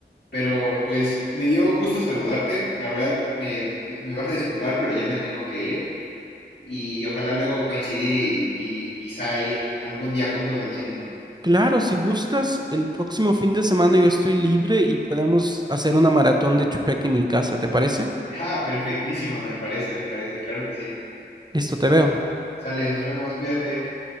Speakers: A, on the left; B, on the right.
A: Pero pues me dio gusto saludarte, la verdad me, me vas a disculpar, pero ya me tengo que ir y ojalá luego coincidir y, y quizá ir algún día juntos al cine.
B: Claro, si gustas, el próximo fin de semana yo estoy libre y podemos hacer una maratón de Shrek en mi casa, ¿te parece?
A: Ah, perfectísimo, me parece, me parece, claro que sí.
B: Listo, te veo.
A: Sale, nos vemos, cuídate.